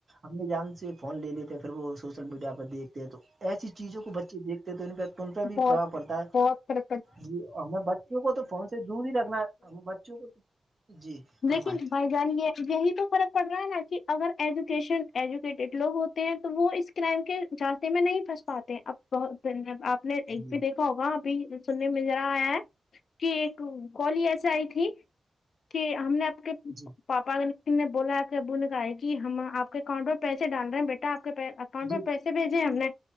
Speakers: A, on the right (about 40°); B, on the left (about 75°).
A: امی جان سے فون لے لیتے پھر وہ سوشل میڈیا پہ دیکھ تو ایسی چیزوں کو بچے دیکھتے ہیں تو انفیکٹ ان بھی
B: بہت
A: پرباؤ پڑتا ہے
B: بہت کر
A: جی ہمیں بچوں کو تو فون سے دور ہی رکھنا ہے ہم بچوں کو تو جی فرمائیں
B: دیک بائی جانے یہی تو فرق پڑ رہا ہے نا کہ اگر ایجوکیشن ایجوکیٹڈ لوگ ہوتے ہیں تو وہ اس کرائم کے جانسے میں نہیں پنس پاتے اب بہت د آپ نے ایک
A: جی
B: بھی دیکھ ہوگا ابھی سننے میں جرا آیا ہے کہ ایک کال ایسے آئی تھی کہ ہم نے آپ کے
A: جی
B: پاپا نے بولا آ کے بول کہا ہے کہ ہم آپ کے اکانٹ میں پیسے ڈال رہے ہیں بیٹا آ کے پ اکاؤنٹ
A: جی
B: میں پیسے بھیجے ہم نے